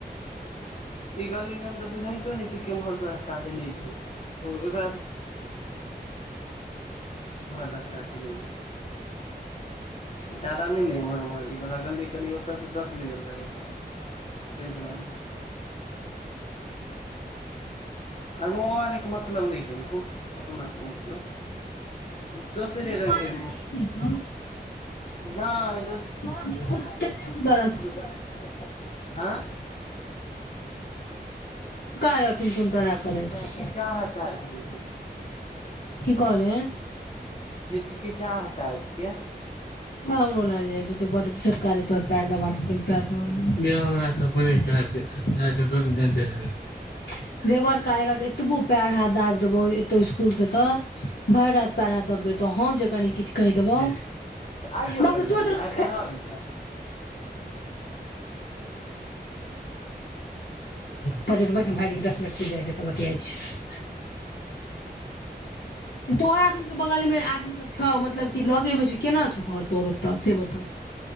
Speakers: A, on the left; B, on the left.
A: ई गलिदन तऽ बुझइतो ने छै केम्हर स रस्ता देने छै। <inaudible> ओम्हर रस्ता छैहे <inaudible> जाादा नहि ने एम्हर उमहर इ वला गली कनि ओ दस मिनट लगै छै। ताहि दुवारे। आरो आन के मतलब नहि कनिको अपनासँ मतलब। दोसरे
B: रूम
A: रङंगके
B: मालिक नीक हेतौ
A: नाइ।
B: <inaudible> छोटका
A: तऽ हँ
B: रहथिन टुन तड़ा करैत।
A: की चाहऽ रहता ह की?
B: की कहल ही?
A: हिचकिचाह टाइपके।
B: <inaudible> <inaudible>
A: ह
B: देबर क आग के एतबो पैर हाथ दाबि देबौ एतौ इसकूल से तऽ भरि रा पैर हाथ दबबेतौ हम जे कनी किछु कहि देबौ
A: आइयो
B: बाप
A: गेल
B: रे तोइर
A: रहै
B: देलकौ
A: छै आइ तऽ रहल छै
B: पै <inaudible> <inaudible> भाईजी के दस मिनट में जाइ छै तऽ बतियाइ छी। तोहरा रूम के बगल मे आदमी सब छौ मतलब कि लगे मे छौ केना छौ घर तोर ओत से बता?